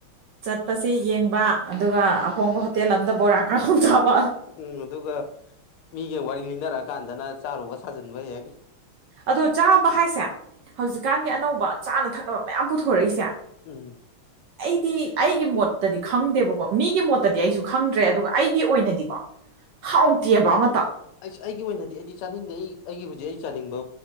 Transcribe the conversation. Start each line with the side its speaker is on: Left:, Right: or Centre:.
Right: ꯆꯠꯄꯁꯦ ꯌꯦꯡꯕ ꯑꯗꯨꯒ ꯑꯍꯣꯡꯕ ꯍꯣꯇꯦꯜ ꯑꯃꯝꯗ ꯕꯣꯔꯥ ꯀꯔꯥꯎ ꯆꯥꯕ
Left: ꯎꯝ ꯑꯗꯨꯒ ꯃꯤꯒ ꯋꯥꯔꯤ ꯂꯤꯅꯔꯛꯀꯥꯟꯗꯅ ꯆꯥꯔꯨꯕ ꯁꯥꯖꯟꯕ ꯍꯦꯛ
Right: ꯑꯗꯣ ꯆꯥꯕ ꯍꯥꯏꯁꯦ ꯍꯧꯖꯤꯛꯀꯥꯟꯒꯤ ꯑꯅꯧꯕ ꯆꯥꯅ ꯊꯛꯅꯕ ꯃꯌꯥꯝ ꯄꯨꯊꯣꯔꯛꯏꯁꯦ
Left: ꯎꯝ
Right: ꯑꯩꯗꯤ ꯑꯩꯒꯤ ꯃꯣꯠꯇꯗꯤ ꯈꯪꯗꯦꯕꯀꯣ ꯃꯤꯒꯤ ꯃꯣꯠꯇꯗꯤ ꯑꯩꯁꯨ ꯈꯪꯗ꯭ꯔꯦ ꯑꯗꯨꯒ ꯑꯩꯒꯤ ꯑꯣꯏꯅꯗꯤꯀꯣ ꯍꯥꯎꯇꯤꯕ ꯑꯃꯇ
Left: ꯑꯩꯁ ꯑꯩꯒꯤ ꯑꯣꯏꯅꯗꯤ ꯑꯩꯗꯤ ꯆꯥꯅꯤꯡꯗꯦ ꯑꯩ ꯑꯩꯒꯤ ꯍꯧꯖꯤꯛ ꯑꯩ ꯆꯥꯅꯤꯡꯕ